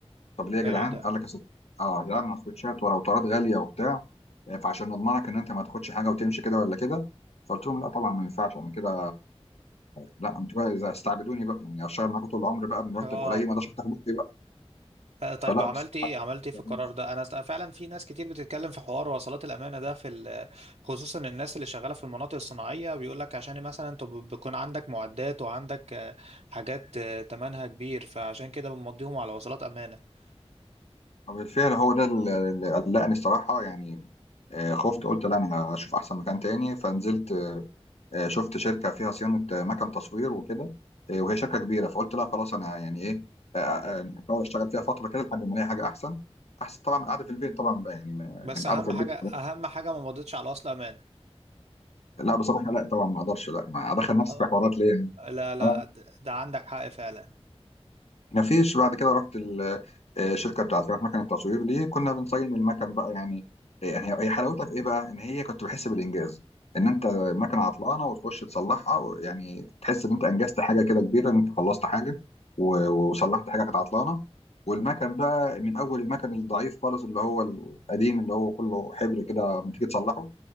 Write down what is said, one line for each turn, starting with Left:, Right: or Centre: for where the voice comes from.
Left: طب ليه يا جدعان
Right: ده ايه ده
Left: قال لك يا ست اه يا جدعان ما تاخدش ولو طارات غاليه وبتاع آه، فعشان نضمنك ان انت ما تاخدش حاجه وتمشي كده ولا كده فقلت لهم لا طبعا ما ينفعش انا كده لا انتوا بقى اذا استعبدوني بقى يعني اشتغل معاكم طول العمر بقى بمرتب
Right: اه
Left: قليل ما اقدرش افتح بقي بقى
Right: آه، طيب
Left: فلا
Right: وعملت
Left: بصراحه
Right: ايه عملت ايه في
Left: يعني
Right: القرار ده انا است- فعلا في ناس كتير بتتكلم في حوار وصلات الامانه ده في ال- خصوصا الناس اللي شغاله في المناطق الصناعيه بيقول لك عشان مثلا انت ب- بيكون عندك معدات وعندك آه، حاجات آه، تمنها كبير فعشان كده بنمضيهم على وصلات امانه
Left: وبالفعل هو ده اللي اللي قلقني الصراحه يعني آه، خفت قلت لا انا هشوف احسن مكان تاني فنزلت آه، شفت شركه فيها صيانه آه، مكن تصوير وكده آه، وهي شركه كبيره فقلت لا خلاص انا يعني ايه آه، آه، آه، يعني احاول اشتغل فيها فتره كده لحد ما الاقي حاجه احسن احسن طبعا من القعده في البيت طبعا بقى يعني ما يعني
Right: بس
Left: القعده
Right: اهم
Left: في البيت
Right: حاجه اهم حاجه ما مضيتش على وصل امانه
Left: لا بصراحه لا طبعا ما اقدرش لا ما ادخل نفسي
Right: آه.
Left: في حوارات ليه يعني
Right: لا لا
Left: اه
Right: ده ده عندك حق فعلا
Left: مفيش بعد كده رحت ال- آه، الشركه بتاعت بتاعت مكن التصوير دي كنا بنصين المكن بقى يعني آه، هي هي حلاوتها في ايه بقى ان هي كنت بحس بالانجاز ان انت مكنه عطلانه وتخش تصلحها و- يعني تحس ان انت انجزت حاجه كده كبيره ان انت خلصت حاجه و- وصلحت حاجه كانت عطلانه والمكن بقى من اول المكن الضعيف خالص اللي هو القديم اللي هو كله حبر كده لما تيجي تصلحه